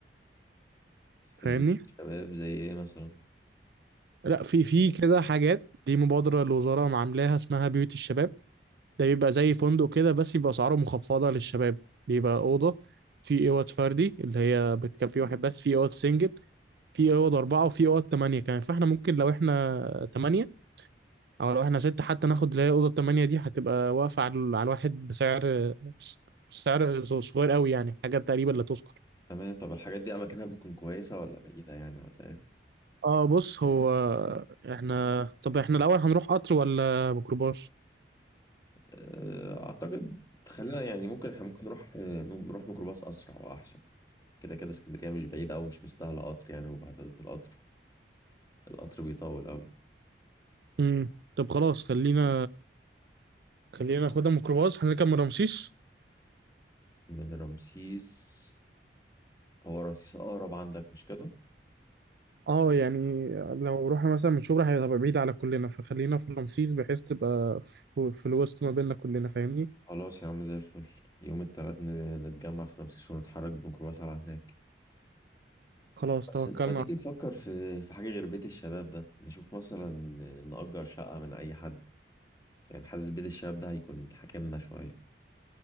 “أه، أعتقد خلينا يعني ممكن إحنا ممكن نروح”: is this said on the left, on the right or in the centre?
Left